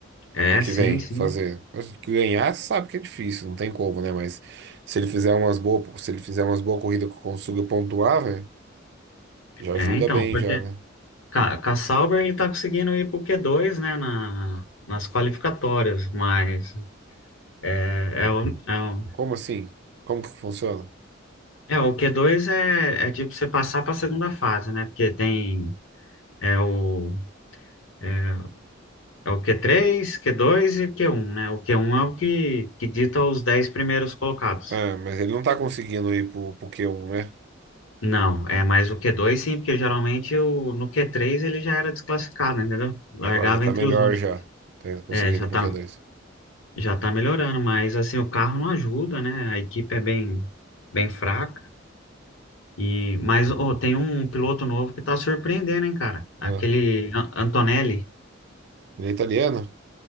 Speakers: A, on the left; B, on the right.
A: É,
B: Ano que
A: sim,
B: vem,
A: sim.
B: fazer. Mas Ganhar, sabe que é difícil, não tem como, né? Mas se ele fizer umas boas, se ele fizer umas boas corridas que consiga pontuar, velho, já ajuda
A: É, então,
B: bem
A: porque
B: já, né?
A: Ca Ca- Sauber ele tá conseguindo ir pro Q2, né, na, nas qualificatórias, mas é, é, o, é, o,
B: Como assim? Como que funciona?
A: é, o Q2 é, é tipo você passar para a segunda fase, né, porque tem é o, é é o Q3, Q2 e Q1, né, o Q1 é o que, que dita os 10 primeiros colocados.
B: Ah, mas ele não tá conseguindo ir pro, pro q um né?
A: Não, é mais o Q2 sim, porque geralmente o, no Q3 ele já era desclassificado, entendeu? Largava
B: Agora já tá
A: entre
B: melhor
A: os últimos.
B: já. Tá conseguindo
A: É, já
B: ir
A: tá,
B: pro q dois
A: Já tá melhorando, mas assim, o carro não ajuda, né? A equipe é bem, bem fraca. E, mas ó, tem um piloto novo que tá surpreendendo, hein, cara? Aquele
B: Ah,
A: An- Antonelli,
B: ele é italiano?